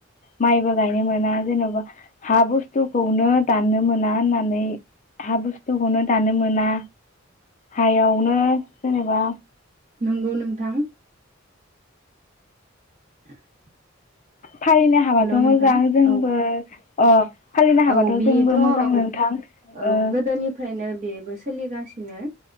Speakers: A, on the left (about 35°); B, on the right (about 40°).
A: माइबो गायनो मोना जेन'बा हा बुस्थुखौनो दाननो मोना होननानै हा बुस्थुखौनो दाननो मोना हायावनो जेनेबा
B: नंगौ नोंथां <inaudible>
A: फालिनो हाबाथ'
B: हेलौ
A: मोजां
B: नोंथां
A: जोंबो
B: औ
A: अ फालिनो हाबाथ'
B: औ बेथ'
A: जोंबो
B: औ
A: मोजां नोंथां
B: औ
A: ओ
B: गोदोनिफ्रायनो बेबो सोलिगासिनो